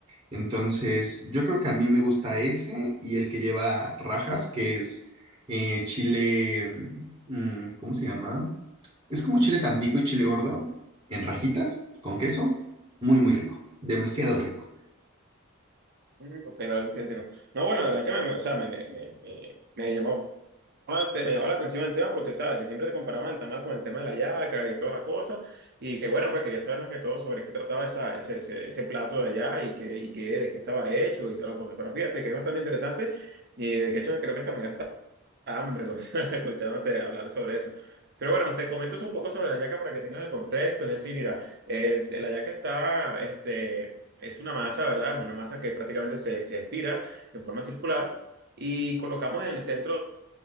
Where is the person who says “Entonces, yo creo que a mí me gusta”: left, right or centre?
Right